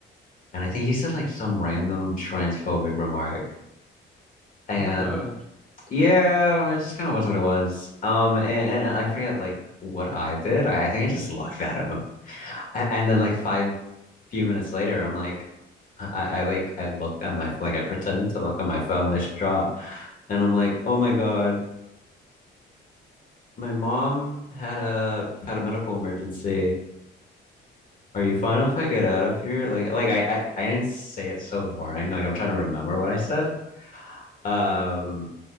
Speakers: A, on the left; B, in the centre.
A: and I think he said like some random transphobic remark. And
B: Oh my god.
A: Yeah, it just kind of was what it was. Um, and, and I forget like what I did. I, I think I just looked <laughs> that up. A- And then like five few minutes later, I'm like, I, I I, like I looked at my like I pretended to look at my phone this distraught, and I'm like, oh my God, my mom had a had a medical emergency. Are you fine if I get out of here? Like like I I, I didn't say it so boring. Like I'm trying to remember what I said. Um,